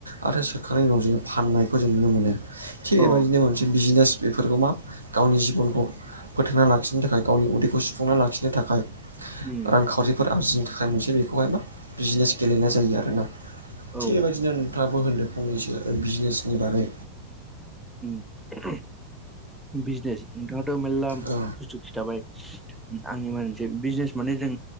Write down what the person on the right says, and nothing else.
आरो सोखांनायनि उनाव जोङो फाननायखौ जों नुनो मोनो
थिग एबायदिनो मोनसे बिजिनेस बेफोरखौ मा गावनि जिबनखौ फोथांना लाखिनो थाख फाय गावनि उदैखौ सुफुंना लाखिनो थाखाय
रां खा फोर आरजिनो थाखाय मोनसे बेखौहाय मा बिजिनेस गेलेनाय जायो आरोना
थिग
एबायदिनो थाङाबो होनदो फंनैसो बिजनेसनि बागै
औ